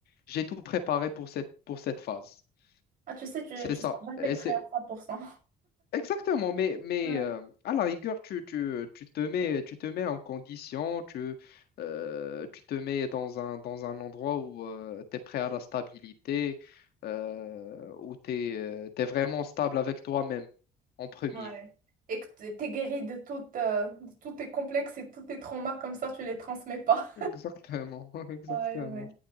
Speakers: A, on the left; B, on the right.
A: j'ai tout préparé pour cette, pour cette phase.
B: Ah, tu sais, tu,
A: C'est
B: tu
A: ça.
B: seras jamais
A: Et
B: prêt
A: c'est-
B: à 100%.
A: Exactement, mais, mais
B: Ouais.
A: euh, à la rigueur, tu, tu, tu te mets, tu te mets en condition, tu, euh, tu te mets dans un, dans un endroit où tu es prêt à la stabilité, euh, où tu es, vraiment stable avec toi-même en premier.
B: Ouais. Et que t'es t'es guéri de tout, euh, de tous tes complexes et tous tes traumas, comme ça, tu les transmets pas.
A: Exactement, <laughs> exactement.
B: Ouais, ouais.